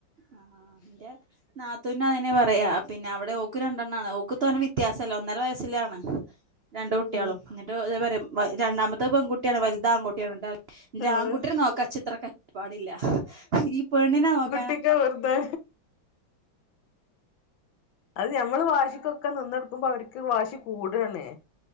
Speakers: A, on the right; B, on the left.
A: ആ ഇന്റെ നാത്തൂനയന്നെ പറയാ പിന്നെ അവിടെ ഓക്ക് രണ്ടെണാണ് ഓക്ക് തോന്നെ വ്യത്യാ സല്ല ഒന്നര വയസ്സിലാണ് രണ്ട്
B: ഉം
A: കുട്ട്യാളും
B: ഉം
A: എന്നിട്ട് ഇ പറയും രണ്ടാമത്തെ പെൺകുട്ടിയാണ് വലുത് ആൺകുട്ടിയാണ് എന്നിട്ട് ന്റെ
B: ആഹ്
A: ആൺകുട്ടിനെ നോക്കാൻ ച്ച്ത്ര കഷ്ടപ്പാടില്ല ഈ പെണ്ണിനെ നോക്ക
B: കുട്ടിക്കാ വെറ്തെ അത് ഞമ്മള് വാശിക്കൊക്കെ നിന്നൊടുക്കുമ്പോ അവർക്ക് വാശി കൂടാണ്